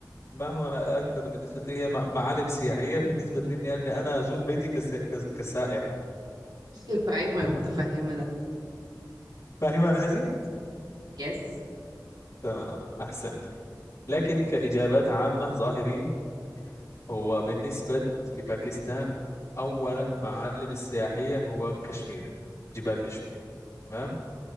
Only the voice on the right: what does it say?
ايوه ايوه
انا متفهمة ده
يس